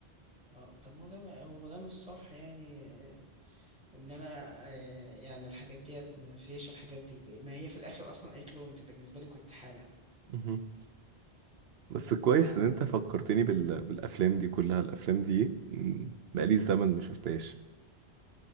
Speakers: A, in the centre; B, on the right.
A: اه طب ما هو ده ما- هو ده مش صح يعني آه، ان انا آه، يعني الحاجات ديت ما فيش الحاجات دي ما هي في الاخر اصلا قالت له انت بالنسبه لي كنت حاله
B: مهم. بس كويس
A: ما هي
B: ان انت فكرتني بال... بالافلام دي كلها الافلام دي مم، بقالي زمن ما شفتهاش